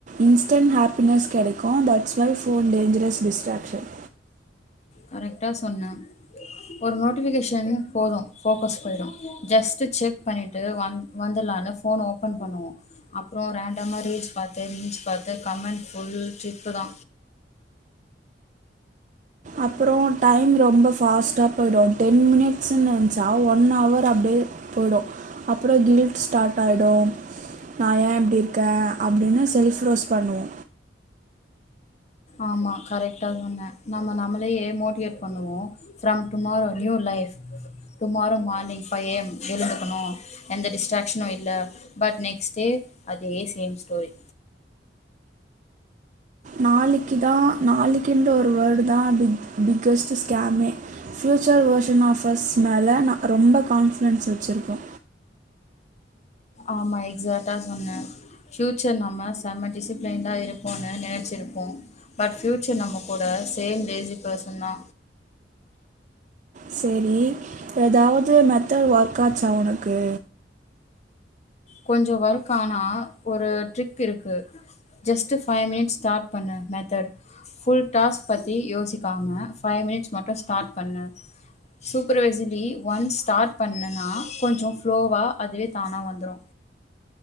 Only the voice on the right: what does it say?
இன்ஸ்டன் ஹாப்பினஸ் கெடைக்கு தீட்ஷ் ஒய் ஃபோன் டேஞ்சரஷ் டிஷ்ட்ராக்ஷன்
அப்புறோ டைம் ரொம்ப ஃபாஸ்ட்டா போயிடு டென் மினிட்ஸ்ன்னு நெனச்சா ஒன் அவர் அப்டியே போயிடு அப்புறோ கில்ட் ஸ்டார்ட் ஆயிடு நா ஏ இப்டி இருக்கே அப்டின்னு செல்ஃப் ரோஸ் பண்ணுவோ
நாளைக்கு தா நாளைக்குன்ற ஒரு வேர்டு தா பிக் பிக்கஸ்ட் ஸ்கேமே ஃபியூச்சர் வேர்ஷன் ஆஃபர்ஸ் மேல நா ரொம்ப கான்ஃபிடென்ஸ் வச்சிருக்கே
செரி எதாவது மெத்தட் ஒர்க் ஆச்சா ஒனக்கு